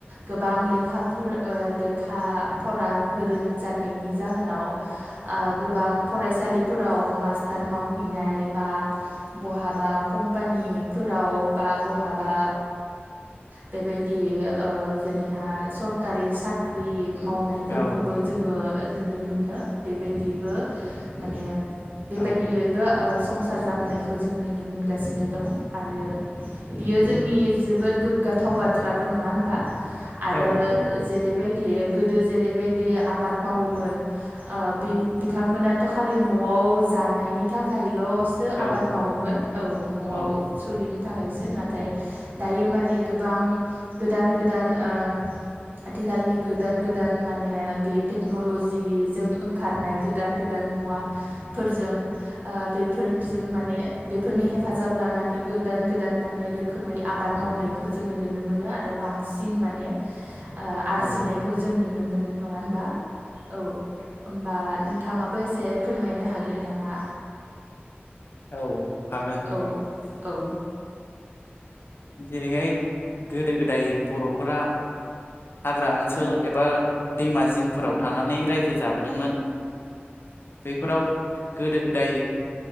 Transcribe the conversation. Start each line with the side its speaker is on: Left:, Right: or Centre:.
Right: गोबां लेखा ओ लेखा फरा गोरों जानायनि जाहोनाव ओ गोबां फरायसालिफोराव मास्टार थार मावहैनाय बा बहाबा कम्फानिफोराव बा बहा बा बेबायदि जेनेबा सोरखारि साख्रि मावनायफोरखौबो
Left: औ
Right: जोङो नुनो मोनो बेबायदिबो माने बेबायदियैबो
Left: औ
Right: ओ संसार जाबोनायखौ जों नुनो मोनगासिनो दं आरो बियो जोंनि जोबोद गोग्गाथाव बाथ्राबो नङा होनबा? आरो
Left: औ नंगौ
Right: जेरैबायदि गोदो जेरैबायदि आबाद मावोमोन ओ बि बिथांमोनाथ' खालि न'आव जानायनि थाखायल'सो
Left: औ
Right: आबाद मावोमोन औ न'आव
Left: औ
Right: सोलिनो थाखायसो ना नाथाय दायो माने गोबां गोदान गोदान ओ आथिखालनि गोदान गोदान माने बे टेक्न'लजिजों ओंखारनाय गोदान गोदान मुवा फोरजों ओ बेफोरजों माने बेफोरनि हे हेफाजाब लानानै गोदान गोदान माने रोखोमै आबाद मावनायखौ जोङो नुनो मोनो आरो बांसिन माने ओ आरजिनायखौ
Left: औ
Right: जों नुनो मोनो नङा होनबा औ। होमबा नोंथाङाबो एसे फोरमायनो हागोन नामा?
Left: औ हागोन।
Right: ओ औ।
Left: जेरैहाय गोदो गोदाय बर'फोरा हाग्रा ओनसोल एबा दैमा जिंफोराव थानानै रायजो जाबोदोंमोन। बेफोराव गोदो गोदाय